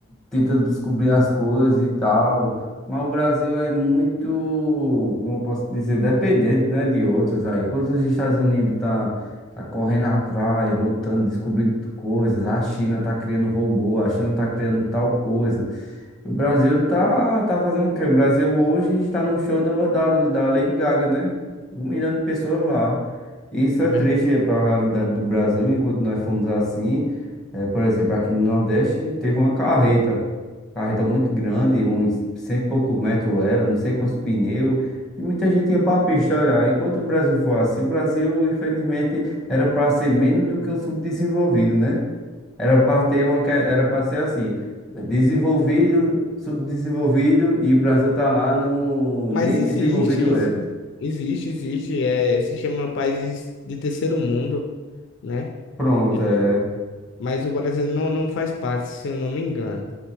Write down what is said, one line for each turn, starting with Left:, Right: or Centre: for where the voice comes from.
Centre: tentando descobrir as coisas e tal, mas o Brasil é muito, como eu posso dizer, dependente, né, de outros aí. Enquanto os Estados Unidos tá, tá correndo atrás, lutando, descobrindo coisas, a China tá criando robô, a China tá criando tal coisa. O Brasil tá, tá fazendo o quê? O Brasil hoje está no show do- da, da Lady Gaga, né? Um milhão de pessoas lá. Isso
Left: É
Centre: é
Left: verdade.
Centre: triste para a realidade do Brasil, enquanto nós fomos assim. eh, por exemplo, aqui no Nordeste teve uma carreta. Carreta muito grande, uns cento e poucos metros ela, não sei quantos pneus. E muita gente ia para a pista olhar. Enquanto o Brasil for assim, o Brasil, infelizmente, era para ser menos do que um subdesenvolvido, né? Era para ter uma, que- era para ser assim, desenvolvido, subdesenvolvido e o Brasil tá lá no
Left: Mas
Centre: nem
Left: existe,
Centre: desenvolvido
Left: existe,
Centre: é.
Left: existe, existe, é, se chama países de terceiro mundo, né?
Centre: Pronto,
Left: E-
Centre: é.
Left: mas o Brasil não, não faz parte, se eu não me engano.